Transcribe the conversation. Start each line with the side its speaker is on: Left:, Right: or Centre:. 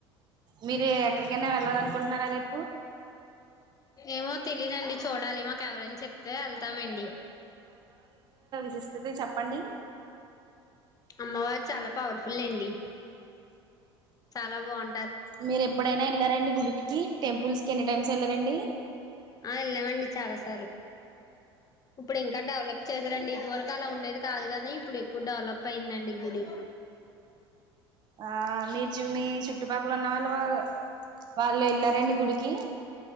Right: మీరు ఎక్కడికైనా వెళ్ళాల అనుకుంటున్నారా రేపు
Left: ఏమో తెలీదండి చూడాలి మాకు ఎవరైనా చెప్తే వెళ్తామండి
Right: గిస్తది చెప్పండి
Left: అమ్మవారు చాలా పవర్ఫుల్ అండి చాలా బాగుం
Right: మీరు ఎప్పుడైనా వెళ్ళారండి? గుడికి టెంపుల్స్ కి ఎన్ని టైమ్స్ వెళ్లారంండి?
Left: ఆ వెళ్ళామండి <unintelligible> ఇప్పుడు ఇంకా డెవలప్ చేశారంండి ఇది వరకు అలా ఉండేది కాదు కానీ ఇప్పుడు ఎక్కువ డెవలప్ అయిందండి గుడి
Right: ఆ మీరు మీ చుట్టుపక్కల ఉన్న వాళ్ళు వాళ్ళు వెళ్లారా అండి గుడికి